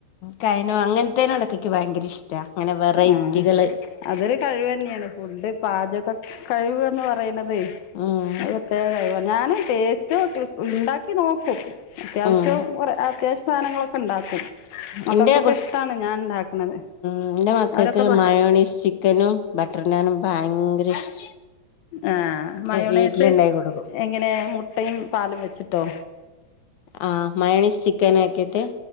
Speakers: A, on the left (about 60°); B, on the left (about 85°).
A: കയനോ അങ്ങനത്തേനോടക്കെ എനിക്ക് ഭയങ്കര ഇഷ്ട അങ്ങനെ വെറൈറ്റികൾ
B: ആഹ് അതൊരു കഴിവ് തന്നെയാണ് ഫുഡ് പാചക കഴിവ്ന്ന് പറയണതേ
A: ഉം
B: അത് പ്രത്യക കഴിവാ ഞാന് ടേസ്റ്റ് ഉണ്ടാക്കും നോക്കും അത്യാവശ്യം
A: ഉം
B: കു അത്യാവശ്യ സാധനങ്ങളൊക്കെ ഉണ്ടാക്കും മക്കൾക്കൊക്കെ
A: എന്റെ
B: ഇഷ്ടാണ് ഞാൻ ഉണ്ടാക്കുന്നത്
A: എൻ്റെ മക്കൾക്ക്
B: അവരൊക്കെ പ
A: മയോണീസ് ചിക്കനും ബട്ടർനാനും ഭയങ്കര ഇഷ്ട
B: ആ മയോണേസ്
A: വീട്ടിലുണ്ടാക്കി കൊടുക്കും
B: എങ്ങനെ മുട്ടയും പാലും വെച്ചിട്ടോ
A: ആ മയോണേസ് ചിക്കൻ ആക്കിയിട്ട്